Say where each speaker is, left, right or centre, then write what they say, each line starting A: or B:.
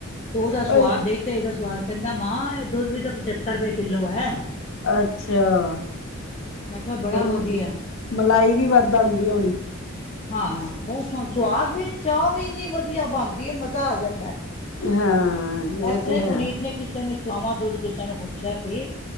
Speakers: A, on the left; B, on the left.
A: ਤੇ, ਉਹਦਾ ਸਵਾਦ
B: ਅੱਛਾ
A: ਦੇਖਦੇ, ਇਹਦਾ ਸਵਾਦ ਕਹਿੰਦਾ, ਮਾਂ ਇਹ ਦੁੱਧ ਵੀ ਤਾਂ, ਪਚੱਤਰ ਰੁਪਏ ਕਿੱਲੋ ਹੈ।
B: ਅੱਛਾ,
A: ਮੈਂ ਕਿਹਾ ਬੜਾ
B: ਫਿਰ
A: ਵਧੀਆ
B: ਮਲਾਈ ਵੀ ਵੱਧ ਆਉਂਦੀ ਹੋਣੀ।
A: ਹਾਂ, ਬਹੁਤ ਸਵਾਦ ਵੀ ਚਾਹ ਵੀ ਇੰਨੀ ਵਧੀਆ ਬਣਦੀ ਹੈ। ਮਜ਼ਾ ਆ ਜਾਂਦਾ।
B: ਹਾਂ, ਜੇ
A: ਇਸ
B: ਤੇ
A: ਲਈ
B: ਹੈ
A: ਪੁਨੀਤ ਨੇ, ਕਿਸੇ ਨੂੰ ਚੌਵਾਂ ਦੁੱਧ, ਕਿਸ਼ੇ ਨੂੰ ਪੁੱਛਿਆ ਸੀ।